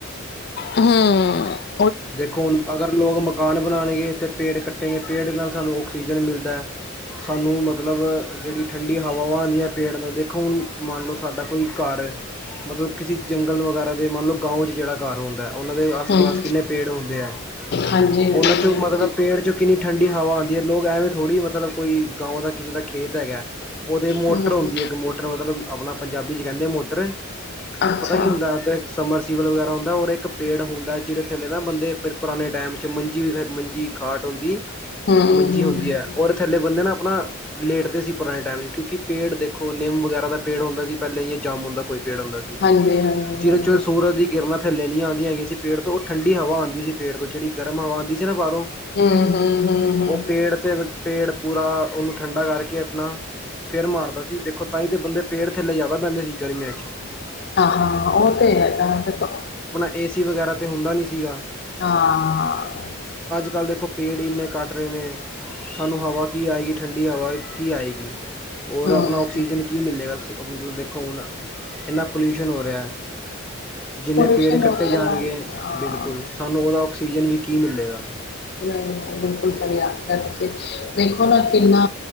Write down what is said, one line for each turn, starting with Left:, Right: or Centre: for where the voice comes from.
Left: ਹਂ।
Centre: ਦੇਖੋ ਹੁਣ ਅਗਰ ਲੋਗ ਮਕਾਨ ਬਣਾਉਣਗੇ ਤੇ ਪੇੜ ਕੱਟੇਂ ਗੇ ਪੇੜ ਨਾਲ ਸਾਨੂੰ ਔਕਸੀ ਆਕਸੀਜਨ ਮਿਲਦਾ ਐ। ਸਾਨੂੰ ਮਤਲਬ ਜੇੜੀ ਠੰਡੀ ਹਵਾਵਾਂ ਆਂਦੀਆਂ ਪੇੜ ਨਾਲ ਦੇਖੋ ਹੁਣ ਮੰਨ ਲਉ ਸਾਡਾ ਕੋਈ ਘਰ ਏ ਮਤਲਬ ਕਿਸੇ ਜੰਗਲ ਵਗੈਰਾ ਦੇ ਮੰਨ ਲਓ ਗਾਓਂਂ ਚ ਜੇੜਾ ਘਰ ਹੁੰਦਾ ਐ। ਓਨਾਂ ਦੇ ਆਸ
Left: ਹਮ
Centre: ਪਾਸ। ਪੇੜ ਹੁੰਦੇ ਹੈ
Left: ਹਾਂਜੀ ਹਾਂਜੀ
Centre: ਓਨਾਂ ਚੋਂ
Left: ਹਾਂਜੀ
Centre: ਮਤਲਬ ਪੇੜ ਚੋਂ ਕਿੰਨੀ ਠੰਡੀ ਹਵਾ ਆਂਦੀ ਹੈ ਲੋਗ ਐਵੇਂ ਥੋੜ੍ਹੀ ਮਤਲਬ ਕੋਈ ਗਾਓ ਦਾ ਕਿਸੇ ਦਾ ਖੇਤ ਹੈਗਾ। ਓਦੇ ਮੋਟਰ
Left: ਹਮ
Centre: ਹੁੰਦੀ ਹੈ ਇੱਕ ਮੋਟਰ ਮਤਲਬ ਅਪਣਾ ਪੰਜਾਬੀ ਚ ਕਹਿੰਦੇ ਐ ਮੋਟਰ। ਔ
Left: ਅੱਛਾ
Centre: ਪਤਾ ਕੀ ਹੁੰਦਾ ਐ ਔਤੇ ਸਮਰਸ ਜੀਵਲ ਵਗੈਰਾ ਹੋਂਦਾ ਔਰ ਏਕ ਪੇੜ ਹੋਂਦਾ ਐ ਜਿਦੇ ਖੇਲੇੇਗਾ ਬੰਦੇ ਪ ਪਰਾਣੇ ਟੈਮ ਚ ਮੰਜੀ ਫੇ ਮੰਜੀ ਖਾਟ ਹੋਂਦੀ ਏ।
Left: ਹਮ ਹਮ,
Centre: ਮੰਜੀ
Left: ਹਮ
Centre: ਹੁੰਦੀ ਐ ਔਰੈ ਥੱਲੇ ਬੰਦੇ ਨਾ ਅਪਣਾ ਲੇਟਦੇ ਸੀ ਪੁਰਾਣੇ ਟੈਮ ਚ ਕਿਉਂਕਿ ਪੇੜ ਦੇਖੋ ਨਿੰਮ ਵਗੈਰਾ ਦਾ ਪੇੜ ਹੁੰਦਾ ਸੀ ਪਹਿਲੇ ਯ ਜਾਮੁਨ ਦਾ ਕੋਈ ਪੇੜ ਹੁੰਦਾ ਸੀ
Left: ਹਾਂਜੀ ਹਾਂਜੀ
Centre: ਜਿਰੇ
Left: ਹਾਂਜੀ
Centre: ਚ ਸੂਰਜ ਦੀ ਕਿਰਨਾਂ ਥੱਲੇ ਨੀ ਆਂਦੀਆਂ ਦੀ ਹੈਗੀਆਂ ਸੀ ਪੇੜ ਤੋਂ। ਠੰਡੀ ਹਵਾ ਆਂਦੀ ਸੀ ਪੇੜ ਤੋਂ ਜੇੜੀ ਗਰਮ ਹਵਾ ਆਂਦੀ ਸੀ ਨਾ ਬਾਰੋਂ
Left: ਹਮ ਹਮ ਹਮ ਹਮ
Centre: ਉਹ ਪੇੜ ਤੇ ਪੇੜ ਪੂਰਾ ਓਨੂੰ ਠੰਡਾ ਕਰਕੇ ਅਪਣਾ ਫੇਰ ਮਾਰਦਾ ਸੀ ਦੇਖੋ ਤਾਂਹੀ ਤੇ ਬੰਦੇ ਪੇੜ ਥੱਲੇ ਜਾਦਾ ਬੈਂਦੇ ਸੀ ਗਰਮੀਆਂ ਚ।
Left: ਆਹ ਹਾਂ ਉਹ ਤੇ ਹੈਗਾ ਦੇਖੋ।
Centre: ਏ ਸੀ ਵਗੈਰਾ। ਤੇ ਹੁੰਦਾ ਨੀ ਸੀਗਾ।
Left: ਹਾਂ।
Centre: ਅਜ ਕੱਲ ਦੇਖੋ ਪੇੜ ਇੰਨੇ ਕੱਟ ਰਹੇ ਨੇ ਸਾਨੂੰ ਹਵਾ ਕੀ ਆਏਗੀ ਠੰਡੀ ਹਵਾ ਕੀ ਆਏਗੀ ਔਰ
Left: ਹਮ
Centre: ਅਪਣਾ ਆਕਸੀਜਨ ਕੀ ਮਿਲੇਗਾ ਮਤਲਬ ਦੇਖੋ ਹੁਣ ਕਿੰਨਾ ਪੋਲਿਊਸ਼ਨ ਹੋ ਰਿਹਾ ਐ। ਜਿੰਨੇ
Left: ਪੋਲੂਸ਼ਨ
Centre: ਪੇੜ ਕੱਟੇ
Left: ਹੋ ਰਿਹਾ
Centre: ਜਾਣਗੇ।
Left: ਨਾਲ ਹਾਂ
Centre: ਬਿਲਕੁਲ ਸਾਨੂੰ ਉਹਦਾ ਔਕਸਿ ਜਨ ਵੀ ਕੀ ਮਿਲੇਗਾ
Left: ਨਹੀਂ ਬਿਲਕੁਲ ਸਹੀ ਆਖਿਆ ਤੁਸੀਂ ਦੇਖੋ ਨਾ ਕਿੰਨਾ